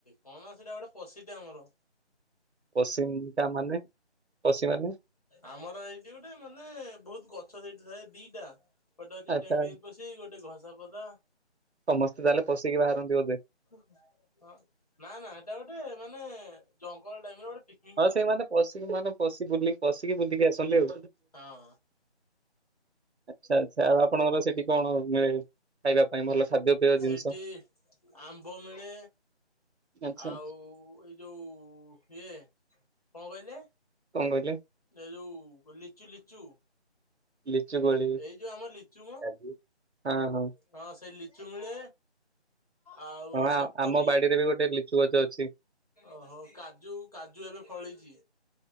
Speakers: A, on the left; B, on the right.
A: କଣ ସେଇଟା ଗୋଟେ ପଶିଟି ଆମର।
B: ପଶିିମ ଟା ମାନେ ପଶି ମାନେ?
A: ଆମର ଏଇଠି ଗୋଟେ ମାନେ ବହୁତ ଗଛ ସେଇଠି ଥାଏ ଦିଟା। ଗୋଟେ ଅଛି
B: ଆଚ୍ଛା
A: ଟେଇଟେଇ ପଶି ଗୋଟେ ଘସା ପଦା।
B: ସମସ୍ତେ ତାହେଲେ ପଶିକି ବାହାରନ୍ତି ବୋଧେ।
A: ହଁ ନା ନା ହେଇଟା ଗୋଟେ ମାନେ ଜଙ୍ଗଲ ଟାଇମରେ ଗୋଟେ ପିକ୍
B: ହଁ ସେଇମାନେ ପଶିକି ମାନେ ପଶି ବୁଲିକି ପଶିକି ବୁଲିକି ଆସନ୍ତି ଆଉ।
A: ହଁ
B: ଆଛା ଆଛା ଆଉ ଆପଣଙ୍କର ସେଠି କଣ ମିଳେ? ଖାଇବା ପାଇଁ ଭଲ ଖାଦ୍ୟପେୟ
A: ସେଇଠି
B: ଜିନିଷ
A: ଆମ୍ବ ମିଳେ।
B: ଆଚ୍ଛା
A: ଆଉ ଏଇ ଯୋଉ ଇଏ କଣ କହିଲେ?
B: କଣ କହିଲେ?
A: ଏ ଯୋଉ ଲିଚୁ ଲିଚୁ
B: ଲିଚୁ ଗୋଳି
A: ଏଇ ଯୋଉ ଆମ ଲିଚୁ ମ
B: ହଁ ହଁ।
A: ହଁ ସେଇ ଲିଚୁ ମିଳେ। ଆଉ
B: ହଁ
A: ସପୁରୀ
B: ଆମ ବାଡିରେ ବି ଗୋଟେ ଲିଚୁ ଗଛ ଅଛି
A: ଓହୋ କାଜୁ କାଜୁ ଏବେ ଫଳିଛି।